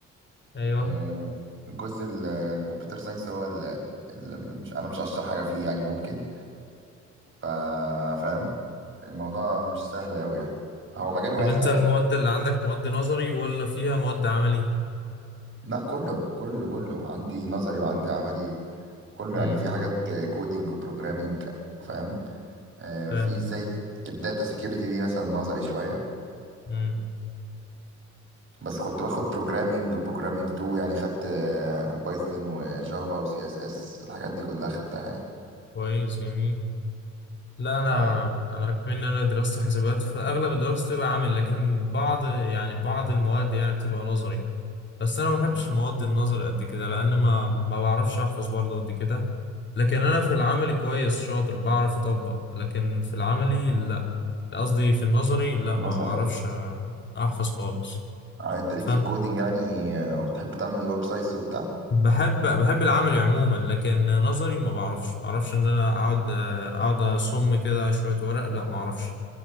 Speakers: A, on the left (about 40°); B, on the right (about 40°).
A: ايوه
B: آه، جزء الكمبيوتر ساينس هو اللي مش انا مش اشطر حاجه فيه يعني ممكن ف- فاهم الموضوع مش سهل قوي يعني هو مجال واسع
A: طب انت المواد
B: يعني
A: اللي عندك مواد نظري ولا فيها مواد عملي
B: لا كله كله كله عندي نظري وعندي عملي كله
A: امم
B: يعني في حاجات كودينج وبروجرامينج فاهم آه،
A: فاهم
B: في زي الداتا سيكيورتي دي مثلا نظري شويه
A: امم
B: بس كنت باخد بروجرامينج وبروجرامينج 2 يعني خدت بايثون وجافا وسي اس اس الحاجات دي كلها خدتها يعني.
A: كويس جميل لا انا
B: ف
A: انا كمان انا دراستي حسابات فاغلب الدراسه بتبقى عملي لكن بعض يعني بعض المواد يعني بتبقى نظري بس انا ما بحبش
B: مم.
A: المواد النظري قد كده لان ما ما بعرفش احفظ برضه قد كده لكن انا في العملي كويس شاطر بعرف اطبق لكن في العملي لا قصدي في النظري لا ما
B: نظري
A: بعرفش احفظ خالص
B: آه، انت ليك
A: ف...
B: في الكودينج يعني آه، وبتحب تعمل ويب سايتس وبتاع
A: بحب بحب العملي عموما لكن نظري ما بعرفش ما بعرفش ان انا اقعد اقعد اصم كده شويه ورق لا ما اعرفش